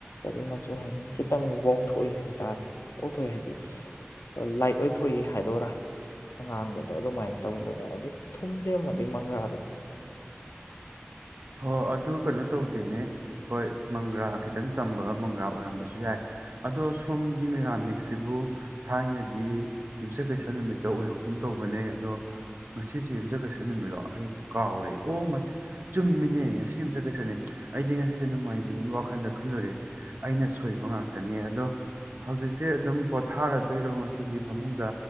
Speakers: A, on the left (about 80°); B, on the right (about 55°).
A: ꯃꯆ ꯍꯥꯏꯅꯤ ꯋꯥꯎꯊꯣꯛꯏ ꯍꯥꯏꯇꯥꯔꯦ ꯋꯥꯎꯊꯣꯛꯏ ꯍꯥꯏꯗꯤ ꯂꯥꯏꯠ ꯑꯣꯏꯊꯣꯛꯏ ꯍꯥꯏꯗꯣꯏꯔꯥ ꯑꯉꯥꯡꯕꯗꯣ ꯑꯗꯨꯃꯥꯏꯅ ꯇꯧꯕꯅꯦ ꯑꯗꯨ ꯊꯨꯝꯗꯦ ꯑꯃꯗꯤ ꯃꯪꯒ꯭ꯔꯥꯗꯣ
B: ꯍ ꯑꯗꯨ ꯀꯩꯅꯣ ꯇꯧꯗꯦꯅꯦ ꯍꯣꯏ ꯃꯪꯒ꯭ꯔꯥ ꯈꯤꯇꯪ ꯆꯝꯕ ꯃꯪꯒ꯭ꯔꯥ ꯑꯣꯏꯔꯝꯕꯁꯨ ꯌꯥꯏ ꯑꯗꯣ ꯁꯣꯝꯒꯤ ꯃꯤꯔꯥꯃꯤꯛꯁꯤꯕꯨ ꯊꯥꯏꯅꯗꯤ ꯌꯨꯝꯁꯀꯩꯁꯥ ꯅꯨꯃꯤꯠꯇ ꯑꯣꯏꯍꯧꯒꯨꯝ ꯇꯧꯕꯅꯦ ꯑꯗꯣ ꯉꯁꯤꯁꯦ ꯌꯨꯝꯆꯀꯩꯁꯥ ꯅꯨꯃꯤꯠꯂꯣ ꯑꯩ ꯀꯥꯎꯔꯦ ꯑꯣ ꯃꯁꯤ ꯆꯨꯝꯃꯤꯅꯦ ꯉꯁꯤ ꯌꯨꯝꯆꯀꯩꯁꯟꯅꯅꯤ ꯑꯩꯗꯤ ꯉꯁꯤꯁꯦ ꯅꯣꯡꯃꯥꯏꯖꯤꯡꯒꯤ ꯋꯥꯈꯜꯗ ꯈꯜꯂꯨꯔꯦ ꯑꯩꯅ ꯁꯣꯏꯕ ꯉꯥꯛꯇ ꯉꯥꯛꯅꯤ ꯑꯗꯣ ꯍꯧꯖꯤꯛꯁꯦ ꯑꯗꯨꯝ ꯄꯣꯊꯥꯔꯗꯣꯏꯔꯣ ꯉꯁꯤꯗꯤ ꯐꯃꯨꯡꯗ